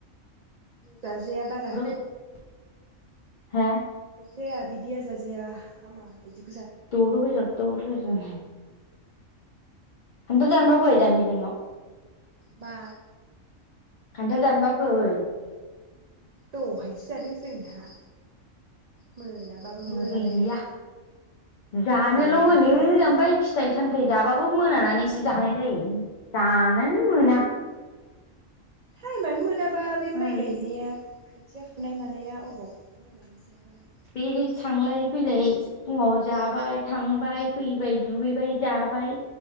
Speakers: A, on the right; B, on the left.
A: जाजाया बारा
B: <unintelligible> हा?
A: जाया बिदिया जाजाया हामा बिदि।
B: <unintelligible> <inaudible> खान्थाल जानोबा फै जाम्बि जोंनाव
A: बा
B: खान्थाल दानबा फै।
A: दहायसो जादों जोंहा। मोनाबाबो मोनालायनाय
B: ज गैया जानोल'
A: माइ गायनानै
B: होनो
A: फैनानैबाबो
B: ओमफ्राय फिथाइ सामथाय जाबाबो मोनानानैसो जानाय जायो जानानो मोना।
A: टाइमानो मोनाबा बे माइ
B: ओरै
A: गायनाया खोथिया फुनाय मानाया। बबाव मोनो जायफानाय
B: बे थांलाय फैलाय फुङाव जाबाय थांबाय फैबाय दुगैबाय जाबाय